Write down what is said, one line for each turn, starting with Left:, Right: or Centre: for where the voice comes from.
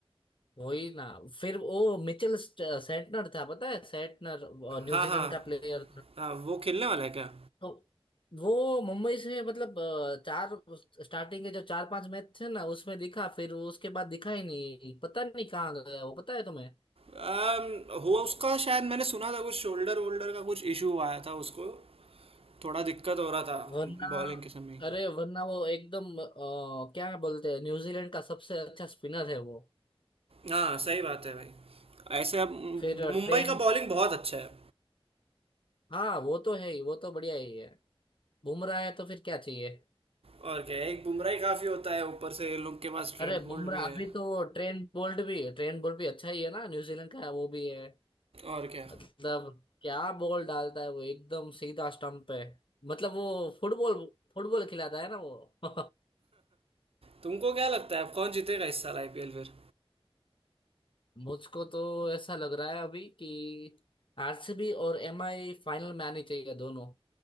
Left: वही ना फिर वो मिचेल स्ट- सेंटनर था पता है सेंटनर अ, न्यूजीलैंड
Right: हाँ हाँ
Left: का प्लेयर
Right: हाँ वो खेलने वाला है क्या
Left: तो वो मुंबई से मतलब अ, चार स्टार्टिंग के जो चार पांच मैच थे ना उसमें दिखा फिर उसके बाद दिखा ही नहीं पता नहीं कहाँ गया वो पता है तुम्हें
Right: अम, हुआ उसका शायद मैंने सुना था कुछ शोल्डर वोल्डर का कुछ इशू आया था उसको थोड़ा दिक्कत हो रहा था
Left: वरना
Right: बॉलिंग के समय
Left: अरे वरना वो एकदम अ, क्या बोलते हैं न्यूजीलैंड का सबसे अच्छा स्पिनर है वो
Right: हाँ सही बात है भाई ऐसे अब
Left: फिर
Right: मुंबई
Left: ट्रेंट
Right: का बॉलिंग बहुत अच्छा है
Left: हाँ वो तो है ही वो तो बढ़िया ही है बुमराह है तो फिर क्या चाहिए
Right: और क्या है, एक बुमराह ही काफी होता है ऊपर से इन लोग के पास ट्रेंट
Left: अरे
Right: बोल्ट
Left: बुमराह
Right: भी है
Left: अभी तो ट्रेंट बोल्ट भी ट्रेंट बोल्ट भी अच्छा ही है ना न्यूजीलैंड का है वो भी है
Right: और क्या
Left: मतलब क्या बॉल डालता है वो एकदम सीधा स्टंप पे मतलब वो फुटबॉल फुटबॉल खिलाता है ना वो <laughs>
Right: तुमको क्या लगता है अब कौन जीतेगा इस साल आईपीएल फिर
Left: मुझको तो ऐसा लग रहा है अभी कि आरसीबी और एमआई फाइनल में आनी चाहिए दोनों